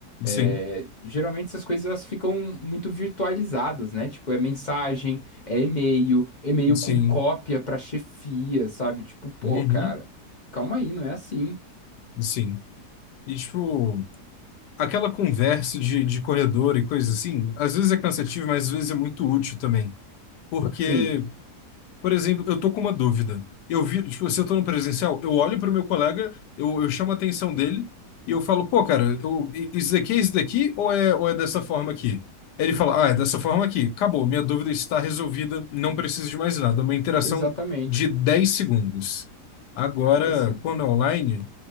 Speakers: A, on the left; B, on the left.
A: Sim,
B: É, geralmente essas coisas elas ficam muito virtualizadas, né? Tipo, é mensagem, é e-mail, e-mail
A: sim,
B: com cópia pra chefia, sabe? Tipo, pô,
A: uhum,
B: cara. Calma aí, não é assim.
A: sim. E, tipo, aquela conversa de, de corredor e coisas assim, às vezes é cansativo, mas às vezes é muito útil também. Porque,
B: Sim,
A: por exemplo, eu tô com uma dúvida. Eu vi, tipo, se eu tô no presencial, eu olho pro meu colega, eu, eu chamo a atenção dele e eu falo, pô, cara, eu- i- isso daqui é isso daqui ou é, ou é dessa forma aqui? Aí Ele fala, ah, é dessa forma aqui. Acabou, minha dúvida está resolvida, não preciso de mais nada. É Uma interação
B: exatamente.
A: de 10 segundos. Agora,
B: Esse,
A: quando é online.